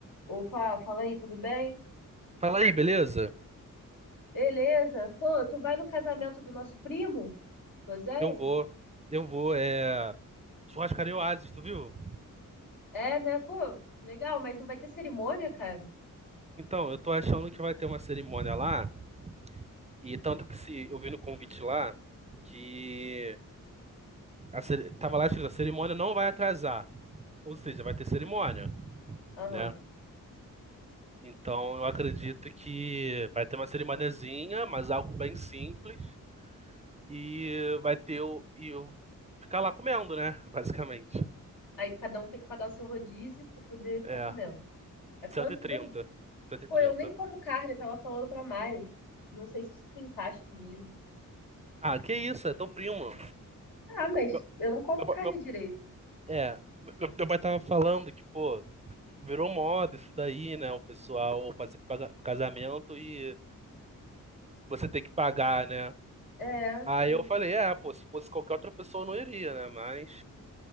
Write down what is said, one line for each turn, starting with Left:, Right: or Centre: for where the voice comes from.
Left: Opa, fala aí, tudo bem?
Right: Fala aí, beleza?
Left: Beleza. Pô, tu vai no casamento do nosso primo? Do Oséias?
Right: Eu vou. Eu vou, é. Churrascaria Oasis, tu viu?
Left: É, né? Pô, legal, mas não vai ter cerimônia, cara?
Right: Então, eu tô achando que vai ter uma cerimônia lá. E tanto que se eu vi no convite lá que a cere- tava lá escrito, a cerimônia não vai atrasar. Ou seja, vai ter cerimônia,
Left: Aham.
Right: né? Então eu acredito que vai ter uma cerimoniazinha, mas algo bem simples. E vai ter o. E eu ficar lá comendo, né? <laughs> Basicamente.
Left: Aí cada um tem que pagar o seu rodízio pra poder ficar
Right: É.
Left: comendo. É quanto
Right: Cento Cento e trinta.
Left: mesmo?
Right: cento e
Left: Pô,
Right: trinta.
Left: eu nem como carne, tava falando pra Mari. Não sei se isso se encaixa comigo.
Right: Ah, que isso, é tão primo.
Left: Ah, mas
Right: Meu,
Left: eu não como
Right: meu,
Left: carne
Right: pa- meu-
Left: direito.
Right: é, meu, meu pai tava falando que, pô, virou moda isso daí, né? O pessoal fazer paga- casamento e você ter que pagar, né?
Left: É,
Right: Aí
Left: meio-
Right: eu falei, é, pô, se fosse qualquer outra pessoa eu não iria, né? Mas,